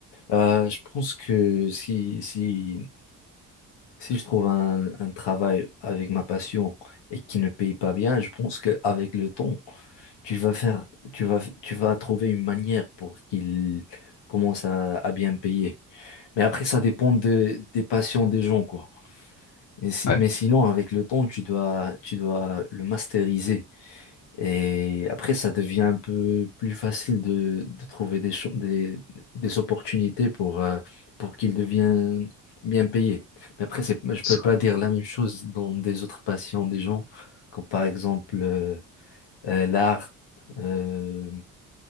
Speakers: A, on the left; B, on the left.
A: Euh, je pense que si, si, si je trouve un, un travail avec ma passion et qui ne paye pas bien, je pense qu'avec le temps, tu vas faire, tu vas, tu vas trouver une manière pour qu'il commence à, à bien payer. Mais après, ça dépend de, des passions des gens, quoi. Et si-
B: Ouais,
A: mais sinon, avec le temps, tu dois, tu dois le masteriser. Et après, ça devient un peu plus facile de, de trouver des, cho- des, des opportunités pour, euh, pour qu'ils deviennent bien payés. Mais après, c'est, je
B: c'est
A: peux
B: vrai.
A: pas dire la même chose dans des autres passions des gens, comme par exemple euh, euh, l'art, euh,